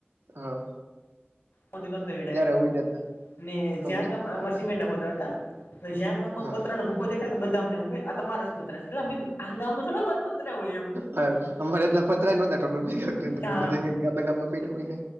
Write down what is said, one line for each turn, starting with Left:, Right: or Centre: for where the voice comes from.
Right: હા
Left: હ ન વિડા
Right: ત્યારે
Left: એમ,
Right: ઉઈ જતા
Left: ને
Right: સમજી
Left: જ્યાં ગામ
Right: ગયા તા.
Left: અમારા જ્યાં ગામમાં
Right: હા
Left: પત્ર ને બધા ને એું આ તમારા પુત્ર છે એ આ ગામમાં થોડા મારા પુત્ર હોય. એમ
Right: હા અમારે એટલા પતરાય નતા ભગા
Left: હા
Right: બધ ગમે ગામમાં પડા હોય.